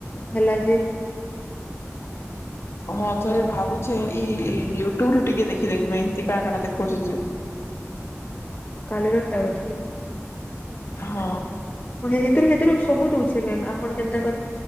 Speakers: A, on the left (about 30°); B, on the left (about 55°).
A: ହେଲା ଯେ
B: ହଁ ଥରେ ଭାବୁଛେ ଏଇ ୟୁଟ୍ୟୁବରୁ ଟିକେ ଦେଖି ଦେଖିମି ହେତି କାଣା କାଣା ଦେଖଉଚି ଯେ
A: କାଲିରଟା ବୋଧେ
B: ହଁ।
A: ହଁଥିରୁ ସେଥିରୁ ସବୁ ଦଉଚି ମାମ, ଆପଣ ଯେନ୍ତା